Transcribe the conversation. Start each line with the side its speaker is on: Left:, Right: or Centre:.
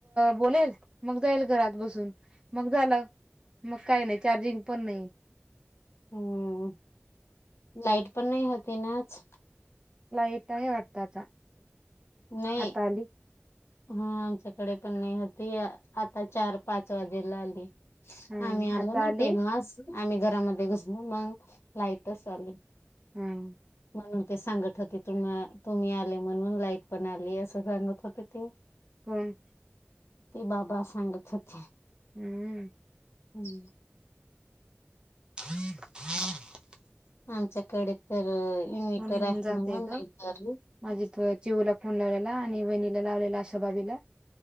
Right: बोलेल मग जाईल घरात बसून मग झालं मग काही नाही चार्जिंग पण नाही
Left: हम् लाइट पण नाही होती नाच
Right: लाईट आहे वाटताचा
Left: नाही
Right: आता आली
Left: हा आमच्याकडे पण नाही होती आता चार पाच वाजेला आली
Right: हा
Left: आमही आलो
Right: आता
Left: ना
Right: आली
Left: टेम मस आम्ही घरामध्ये घुसलो मग लाईटच चालेल
Right: हम
Left: म्हणून ते सांगत होते तुम तुम्ही आले म्हणून लाईट पण आली असं सांगत होते ते
Right: कोण
Left: ते बाबा सांगत होते
Right: हम्म
Left: हम्म
Right: ह हा
Left: आमच्याकडे तर इन्व्हटर
Right: म्हणून
Left: आहे
Right: जातेय
Left: म्हणून
Right: ग
Left: नाहीतर
Right: माझी चिवूला फोन लावलेला आणि बहिणीला लावलेला अशा भाबीला